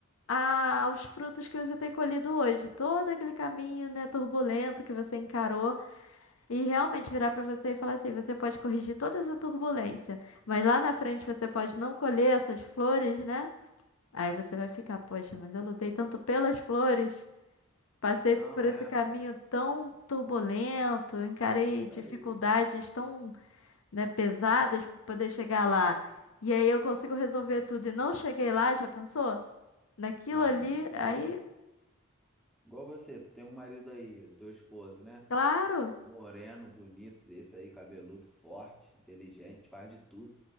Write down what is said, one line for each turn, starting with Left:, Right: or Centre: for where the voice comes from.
Left: a- aos frutos que você tem colhido hoje. Todo aquele caminho, né, turbulento que você encarou e realmente virar para você e falar assim, você pode corrigir toda essa turbulência, mas lá na frente você pode não colher essas flores, né? Aí você vai ficar, poxa, mas eu lutei tanto pelas flores, passei
Centre: Não,
Left: por esse
Centre: é,
Left: caminho
Centre: pô.
Left: tão turbulento, encarei
Centre: Isso
Left: dificuldades
Centre: aí.
Left: tão, né, pesadas para poder chegar lá. E aí eu consigo resolver tudo e não cheguei lá, já pensou? Naquilo
Centre: Não,
Left: ali,
Centre: nem fala.
Left: aí
Centre: Igual você, tu tem um marido aí, o teu esposo, né?
Left: Claro,
Centre: Moreno, bonito, desse aí, cabeludo, forte, inteligente, faz de tudo.